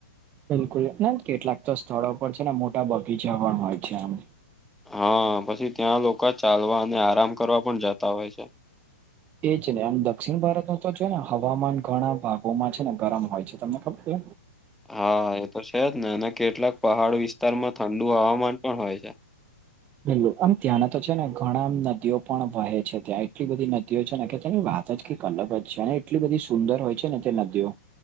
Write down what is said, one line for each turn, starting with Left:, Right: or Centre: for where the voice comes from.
Right: બિલકુલ ના કેટલાક તો સ્થળો પર છે ને મોટા બગીચા પણ હોય છે, આમ
Centre: હા પછી ત્યાં લોકો ચાલવા અને આરામ કરવા પણ જતા હોય છે.
Right: એ જ નહી આમ દક્ષિણ ભારતના તો જો ને હવામાન ઘણા ભાગોમાં છે ને ગરમ હોય છે તમને ખબર છે.
Centre: હા એ તો છે જ ને અને કેટલાક પહાડ વિસ્તારમાં ઠંડુ હવામાન પણ હોય છે.
Right: બિલકુલ આમ ત્યાંના તો છે ને ઘણા નદીઓ પણ વહે છે, ત્યાં એટલી બધી નદીઓ છે ને કે તેની વાત વાત જ કંઈક અલગ છે અને એટલી બધી સુંદર હોય છેને, તે નદીઓ